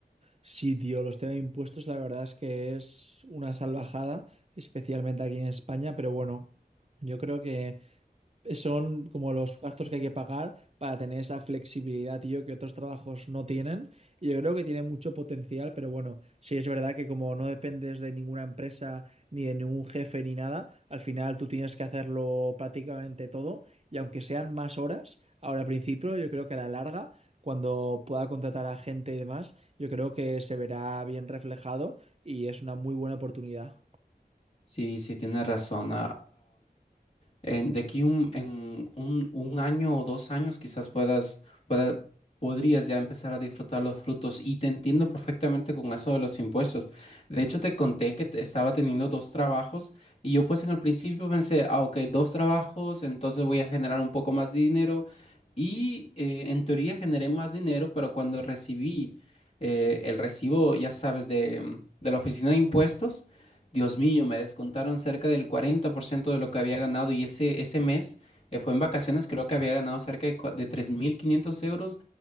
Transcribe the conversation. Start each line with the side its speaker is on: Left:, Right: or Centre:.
Right: Sí, tío, los temas de impuestos, la verdad es que es una salvajada, especialmente aquí en España, pero bueno, yo creo que son como los gastos que hay que pagar para tener esa flexibilidad, tío, que otros trabajos no tienen. Y yo creo que tiene mucho potencial, pero bueno, sí es verdad que como no dependes de ninguna empresa, ni de ningún jefe, ni nada, al final tú tienes que hacerlo prácticamente todo. Y aunque sean más horas, ahora al principio, yo creo que a la larga, cuando pueda contratar a gente y demás, yo creo que se verá bien reflejado y es una muy buena oportunidad.
Left: Sí, sí, tienes razón. en- de aquí un, en un, un año o dos años quizás puedas, pueda- podrías ya empezar a disfrutar los frutos y te entiendo perfectamente con eso de los impuestos. De hecho, te conté que te- estaba teniendo dos trabajos y yo pues en el principio pensé, ah, ok, dos trabajos, entonces voy a generar un poco más de dinero y eh, en teoría generé más dinero, pero cuando recibí eh, el recibo, ya sabes, de, mm, de la oficina de impuestos, Dios mío, me descontaron cerca del 40% de lo que había ganado y ese, ese mes eh, fue en vacaciones, creo que había ganado cerca de, cua- de 3.500 euros